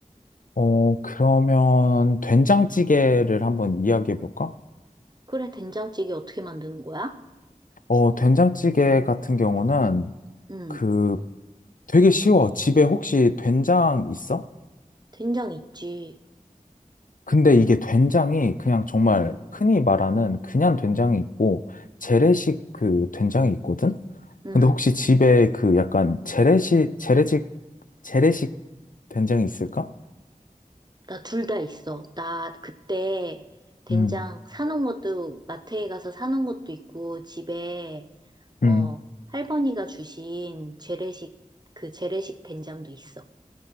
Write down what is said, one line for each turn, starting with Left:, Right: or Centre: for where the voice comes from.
Left: 어, 그러면 된장찌개를 한번 이야기해 볼까?
Right: 그래, 된장찌개 어떻게 만드는 거야?
Left: 어, 된장찌개 같은 경우는
Right: 응,
Left: 그 되게 쉬워. 집에 혹시 된장 있어?
Right: 된장 있지.
Left: 근데 이게 된장이 그냥 정말
Right: 응,
Left: 흔히 말하는 그냥 된장이 있고 재래식 그 된장이 있거든?
Right: 응.
Left: 근데 혹시 집에 그 약간 재래식, 재래식, 재래식 된장이 있을까?
Right: 나 둘 다 있어. 나 그때 된장
Left: 음.
Right: 사놓은 것도, 마트에 가서 사놓은 것도 있고, 집에 어,
Left: 음.
Right: 할머니가 주신 재래식, 그 재래식 된장도 있어.